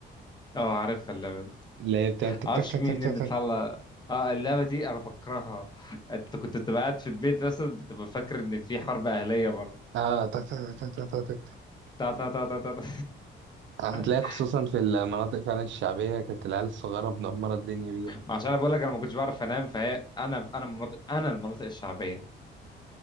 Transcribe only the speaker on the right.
اللي هي بتعمل تك
تك تك
تك تك
تك
اه تك تك تك تك تك تك
هتلاقي
خصوصا في المناطق فعلا الشعبيه كانت العيال الصغيره منمره الدنيا بيها